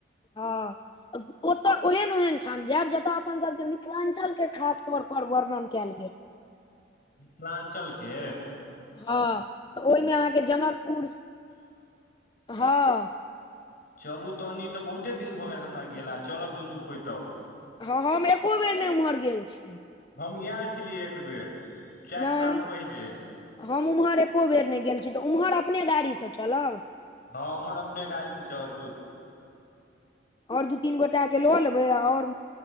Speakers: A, on the left; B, on the left.
A: हँ ओत ओहन- ओहन ठाम जेब, जतय अपनसभ के मिथिलाञ्चल के खास तौर पर वर्णन केल गेल। <inaudible>
B: मिथिलाञ्चल के
A: हँ त ओहिमें अहाँके जनकपुर हँ
B: चलू त, ओनि त बहुते दिन भ गेल हमरा गेला, चलब दुनु कोइ तब।
A: हँऽ हम एको बेर नहि ओम्हर गेल छि।
B: हम गेल छली एक बेर। चारि
A: नहि,
B: साल
A: हम-
B: पहिले
A: हम ओम्हर एको बेर नहि गेल छी, त ओम्हर अपने गाड़ी स चलब।
B: हँ उम्हर अपने गाड़ी से चलब की।
A: और दू तीन गोटा के ल लेबै और